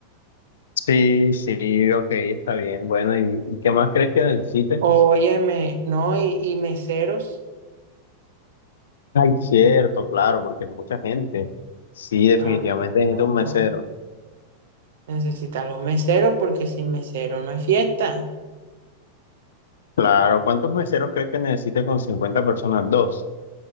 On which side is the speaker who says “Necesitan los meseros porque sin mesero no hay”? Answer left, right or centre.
Right